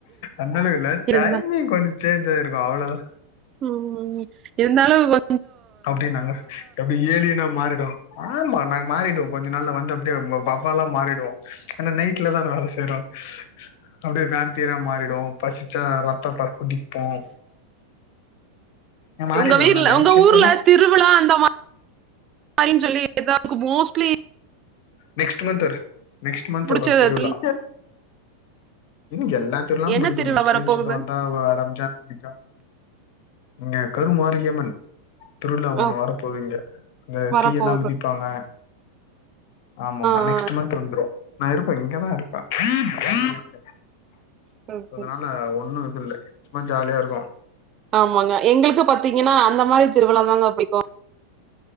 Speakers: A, on the left (about 45°); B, on the right (about 30°).
A: அந்த அளவில்ல
B: இருந்தா
A: டைமிங் கொஞ்சோ சேஞ்ச் ஆயிருக்கு அவ்ளோதா
B: ம் ம் இருந்தாலு கொ
A: அப்டின்னாங்க எப்டி ஏலியனா மாறிடு ஆமா நாங்க மாறிடுவோ கொஞ்சோ நாள்ல வந்து அப்டியே வ-வவ்வாலா மாறிடுவோ எனா நைட்ல தான வேல செய்றோ அப்டியே வேம்பியரா மாறிடுவோ பசிச்சா ரத்தத்த குடிப்போ எ மாறிடுவல்ல
B: உங்க வீட்ல
A: நைட்
B: உங்க
A: சிஃப்ட்
B: ஊர்ல திருவிழா அந்த மாரின் சொல்லி எதாவ்து மோஸ்ட்லி
A: நெக்ஸ்ட்டு மந்த்து ஒரு நெக்ஸ்ட் மந்த்து
B: புடிச்சது
A: வரு திருவிழா
B: எது
A: ன் எல்லாத்துர்லாம்
B: என்ன
A: புடிக்கு
B: திருவிழா
A: முஸ்லிம்ஸ்க்கு
B: வரப்போகுது
A: வந்தா வ ரம்ஜான் புடிக்கு இங்க கருமாரியம்மன் திருவிழா ஒன்னு
B: ஆ
A: வரப்போது இங்க அந்த
B: வரப்போகுது
A: தீயெல்லாம் மிதிப்பாங்க ஆமாமா
B: ஆ
A: நெக்ஸ்ட்டு மந்த்து வந்துரு நா இருப்பே இங்கதா இருப்பே <unintelligible>
B: சரி
A: சோ
B: சரி
A: அதனால ஒன்னு இது இல்ல சும்மா ஜாலியா இருக்கு
B: ஆமாங்க எங்குளுக்கு பாத்தீங்கனா அந்த மாரி திருவிழா தாங்க புடிக்கு